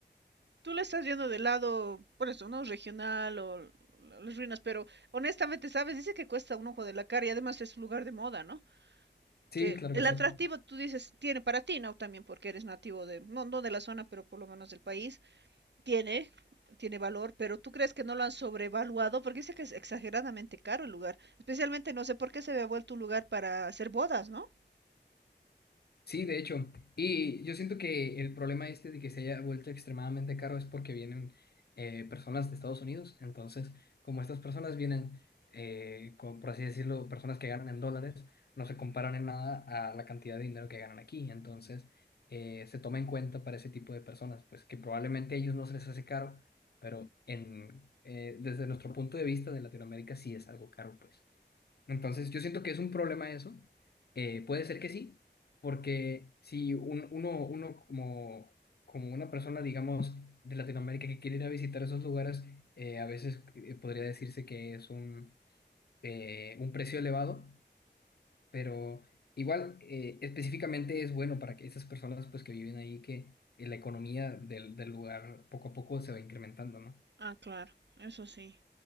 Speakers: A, on the right; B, on the left.
A: Tú le estás yendo del lado, por eso, ¿no? Regional o la- las ruinas, pero honestamente, ¿sabes? Dice que cuesta un ojo de la cara y además es un lugar de moda, ¿no?
B: Sí,
A: Que
B: claro
A: el
B: que sí.
A: atractivo, tú dices, tiene para ti, ¿no? También porque eres nativo de, no, no de la zona, pero por lo menos del país, tiene, tiene valor, pero ¿tú crees que no lo han sobrevaluado? Porque dice que es exageradamente caro el lugar, especialmente no sé por qué se había vuelto un lugar para hacer bodas, ¿no?
B: Sí, de hecho. Y yo siento que el problema este de que se haya vuelto extremadamente caro es porque vienen eh, personas de Estados Unidos. Entonces, como estas personas vienen, eh, con, por así decirlo, personas que ganan en dólares, no se comparan en nada a la cantidad de dinero que ganan aquí. Entonces, eh, se toma en cuenta para ese tipo de personas, pues que probablemente a ellos no se les hace caro, pero en, eh, desde nuestro punto de vista de Latinoamérica sí es algo caro, pues. Entonces, yo siento que es un problema eso. Eh, puede ser que sí, porque si un- uno, uno como, como una persona, digamos, de Latinoamérica que quiere ir a visitar esos lugares, eh, a veces eh, podría decirse que es un, eh, un precio elevado, pero igual eh, específicamente es bueno para que esas personas pues, que viven ahí, que eh, la economía del, del lugar poco a poco se va incrementando, ¿no?
A: Ah, claro, eso sí.